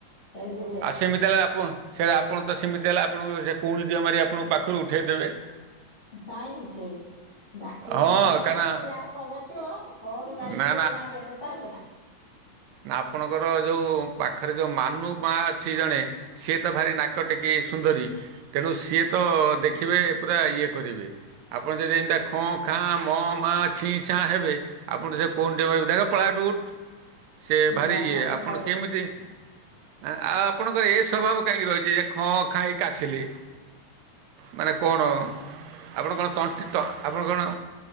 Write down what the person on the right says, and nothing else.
ଆଉ ସେମିତି ହେଲେ ଆପଁ ସେରା ଆପଣ ତ ସେମିତି ହେଲା ଆପଣଙ୍କୁ ସେ କଉଣି ଡିହ ମାରି ଆପଣଙ୍କୁ ପାଖରୁ ଉଠେଇ ଦେବେ
ହଁ
କାରଣ
ନା
ନା ଆପଣଙ୍କର ଜଉ ପାଖରେ ଯେଉଁ ମାନବ୍ ମା ଅଛି ଜଣେ ସିଏ ତ ଭାରି ନାକ ଟେ କି ସୁନ୍ଦରୀ ତେଣୁ ସିଏ ତ ଦେଖିବେ ପୁରା ଇଏ କରିବେ ଆପଣ ଯଦି ଏମ୍‌ତିଆ ଖଁ ଖାଁ ମ ମା ଛିଇଁ ଛାଁ ହେବେ ଆପଣକୁ ସେ କଉଣ୍ ଡେ କହିବ ଜା ଜା ପଳା ଏଠୁ ଉଠ୍ ସେ ଭାରି
ଇଏ
ଆପଣ
କେମିଦି ଏଁ ଆ ଆପଣଙ୍କର ଏ ସ୍ଵଭାବ କାହିଁଗି ରହିଜି ଯେ ଖଁ ଖାଁ ଏଇ କାସିଲି ମାନେ କଣ ଆପଣ କଣ ତଣ୍ଟି ତ ଆପଣ କଣ